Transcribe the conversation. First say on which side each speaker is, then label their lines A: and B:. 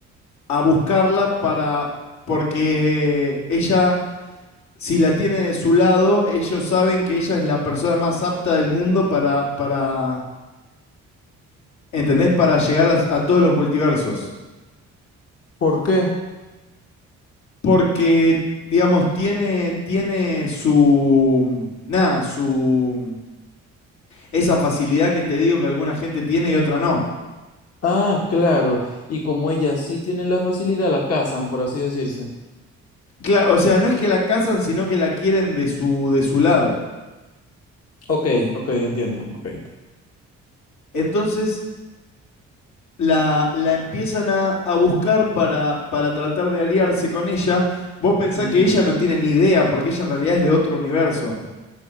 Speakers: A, on the left; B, on the left.
A: a buscarla para, porque ella, si la tiene de su lado, ellos saben que ella es la persona más apta del mundo para, para ¿entendés? Para llegar a, a todos los multiversos.
B: ¿Por qué?
A: Porque, digamos, tiene, tiene su, nada, su esa facilidad que te digo que alguna gente tiene y otra no.
B: Ah, claro. Y como ella sí tiene la facilidad, la cazan, por así decirse.
A: Claro, o sea, no es que la casan, sino que la quieren de su, de su lado.
B: Ok, ok, entiendo, ok.
A: Entonces la, la empiezan a, a buscar para, para tratar de aliarse con ella. Vos pensás
B: Ujú.
A: que ella no tiene ni idea, porque ella en realidad es de otro universo.